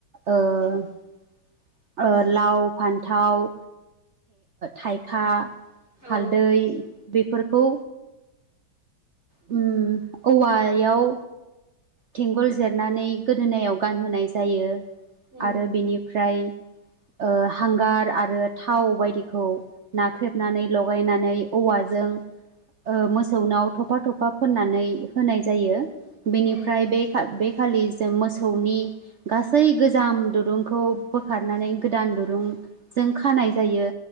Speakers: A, on the right (about 80°); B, on the right (about 25°).
A: ओ लाव फान्थाव थाइखा
B: औ
A: हालदै बेफोरखौ उम औवायाव थेंगल जेरनानै गोदोनायाव गानहोनाय जायो
B: उम
A: आरो बेनिफ्राय ओ हांगार आरो थाव बायदिखौ नाख्रेबनानै लगायनानै औवाजों ओ मोसौनाव थफा थफा फोननानै होनाय जायो बेनिफ्राय
B: उम
A: बे बे खालि जों मोसौनि गासै गोजाम दुरुंखौ बोखारनानै गोदान दुरुं जों खानाय जायो